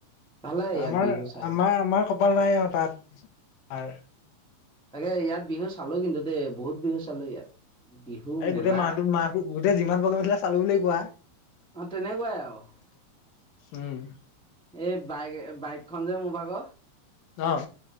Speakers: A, in the centre; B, on the left.
A: ভাল লাগে ইয়াত
B: আমাৰ
A: বিহু চাই
B: আমাৰ
A: পেলাই
B: আমাৰ কপাল নাই আৰু তাত
A: তাকে ইয়াত বিহু চালো কিন্তু দেই বহুত বিহু চালো ইয়াত বিহু
B: এই
A: মেলা
B: গোটেই মাহটোত মাহ গোটেই যিমান প্ৰগ্ৰেম আছিলে চালো বুলি কোৱা।
A: অ তেনেকুৱাই আৰু
B: উম।
A: এই বাইক বাইক খঞ্জে মোৰ ভাগ।
B: অহ।